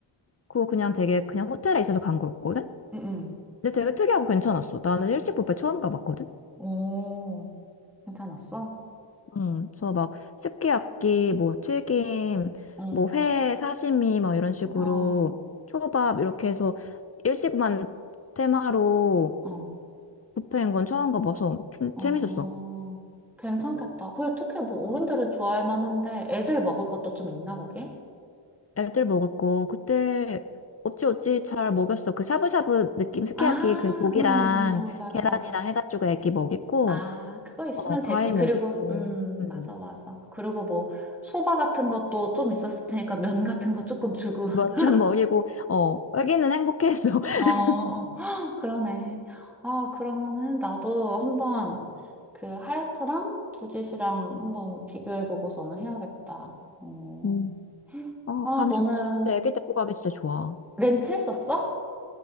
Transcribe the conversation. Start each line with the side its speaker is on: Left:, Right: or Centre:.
Left: 그거 그냥 되게 그냥 호텔에 있어서 간 거였거든?
Centre: 응, 응.
Left: 근데 되게 특이하고 괜찮았어. 나는 일식 뷔페 처음 가봤거든.
Centre: 오, 괜찮았어?
Left: 음, 그래서 막스케야키 뭐 튀김,
Centre: 어,
Left: 뭐 회 사시미 막 이런 식으로
Centre: 어,
Left: 초밥 이렇게 해서 일식만 테마로
Centre: 어,
Left: 뷔페인 건 처음 가봐서 좀
Centre: 어.
Left: 재밌었어.
Centre: 괜찮겠다. 그리고 특히 뭐 어른들은 좋아할 만한데 애들 먹을 것도 좀 있나, 거기?
Left: 애들 먹을 거 그때 어찌어찌 잘 먹였어. 그 샤브샤브 느낌 스키야키
Centre: 아,
Left: 그 고기랑
Centre: 어, 어, 어, 맞아,
Left: 계란이랑
Centre: 맞아.
Left: 해가지고 애기 먹이고
Centre: 아, 그거 있으면
Left: 어 과일
Centre: 되지. 그리고,
Left: 먹이고
Centre: 음,
Left: 음.
Centre: 맞아, 맞아. 그리고 뭐, 소바 같은 것도 좀 있었을 테니까 면 같은 거 조금 주고.
Left: 면좀
Centre: <laughs>
Left: 먹이고 어 애기는 행복해했어. <laughs>
Centre: 어, 어. 헉, 그러네. 아, 그러면은 나도 한번 그 하얏트랑 두짓이랑 한번 비교해보고서는 해야겠다. 어.
Left: 음.
Centre: <gasps>
Left: 어,
Centre: 아,
Left: 괌
Centre: 너는
Left: 좋지. 근데 애기 데리고 가기 진짜 좋아.
Centre: 렌트 했었어?